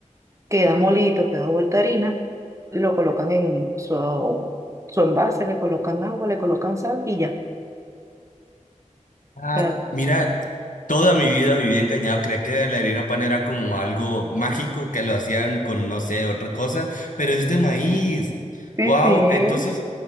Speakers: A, on the right; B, on the left.
A: queda molito, queda vuelta harina, lo colocan en su, su envase, le colocan agua, le colocan sal y ya. O
B: Ah,
A: sea,
B: mira, toda mi vida viví engañado. Creía que la harina pan era como algo mágico que lo hacían con, no sé, otra cosa, pero es de maíz.
A: sí,
B: Wow,
A: sí.
B: entonces,